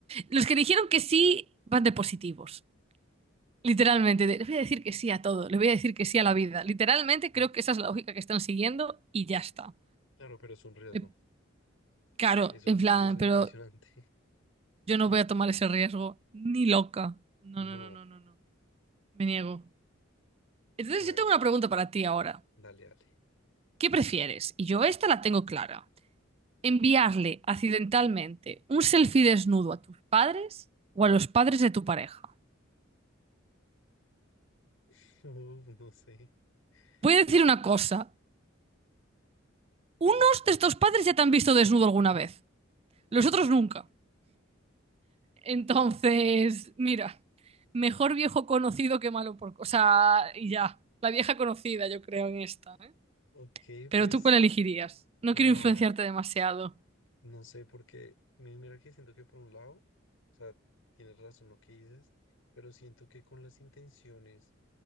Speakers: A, on the right; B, on the left.
A: Los que dijeron que sí van de positivos, literalmente, de, le voy a decir que sí a todo, le voy a decir que sí a la vida. Literalmente
B: Ujú.
A: creo que esa es la lógica que están siguiendo y ya está.
B: Claro, pero es un riesgo,
A: Eh, Claro,
B: es un
A: en plan,
B: riesgo
A: pero
B: impresionante.
A: yo no voy a tomar ese riesgo, ni loca. No,
B: No,
A: no, no, no, no, no, me niego. Entonces
B: a
A: yo
B: ver,
A: tengo una pregunta para ti ahora.
B: dale, dale.
A: ¿Qué prefieres? Y yo esta la tengo clara. ¿Enviarle accidentalmente un selfie desnudo a tus padres o a los padres de tu pareja?
B: <laughs> Uf, no sé.
A: Voy a
B: <laughs>
A: decir una cosa. Unos
B: A
A: de estos
B: ver,
A: padres ya te han visto desnudo alguna vez, los otros nunca. Entonces, mira, mejor viejo conocido que malo por... O sea, y ya, la vieja conocida yo creo en esta. ¿eh?
B: ok,
A: Pero
B: pues,
A: tú cuál elegirías. No
B: wow,
A: quiero influenciarte demasiado.
B: No sé, porque mi- mira que siento que por un lado, o sea, tienes razón lo que dices, pero siento que con las intenciones